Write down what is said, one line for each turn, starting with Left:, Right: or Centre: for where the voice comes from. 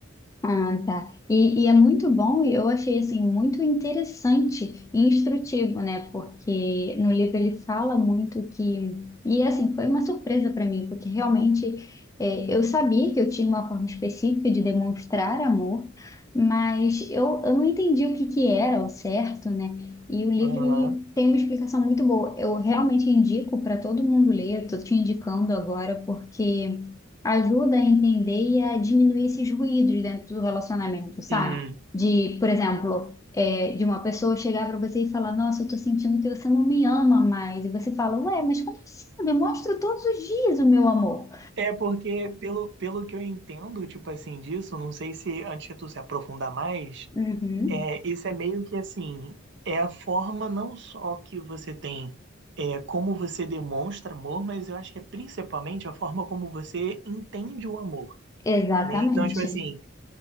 Left: Ah, tá. E, e é muito bom, e eu achei assim muito interessante e instrutivo, né? Porque no livro ele fala muito que. E assim, foi uma surpresa para mim, porque realmente é, eu sabia que eu tinha uma forma específica de demonstrar amor, mas eu, eu não entendi o que que era o certo, né? E o livro
Right: Aham.
Left: ele tem uma explicação muito boa. Eu realmente indico para todo mundo ler, eu tô te indicando agora, porque ajuda a entender e a diminuir esses ruídos dentro do relacionamento, sabe?
Right: Hum.
Left: De, por exemplo, é, de uma pessoa chegar para você e falar: Nossa, eu tô sentindo que você não me ama mais. E você fala: Ué, mas como assim? Eu demonstro todos os dias o meu amor.
Right: É porque, pelo, pelo que eu entendo, tipo assim, disso, não sei se antes de tu se aprofundar mais,
Left: Uhum,
Right: é, isso é meio que assim, é a forma não só que você tem, é, como você demonstra amor, mas eu acho que é principalmente a forma como você entende o amor,
Left: exatamente.
Right: né? Então, tipo assim.